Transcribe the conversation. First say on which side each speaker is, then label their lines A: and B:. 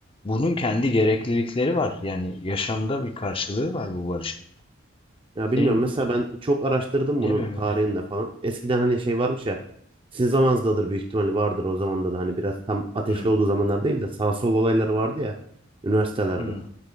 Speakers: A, on the left; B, on the right.
A: bunun kendi gereklilikleri var. Yani yaşamda bir karşılığı var bu barışın.
B: Ya bilmiyorum
A: Senin
B: mesela ben çok araştırdım
A: bilemem
B: bunun tarihini
A: yani.
B: de falan. Eskiden hani şey varmış ya. Sizin zamanınızdadır büyük ihtimalle vardır o zamanda da hani biraz tam ateşli
A: Hı,
B: olduğu zamanlar değil de sağ sol olayları vardı ya üniversitelerde.
A: hı.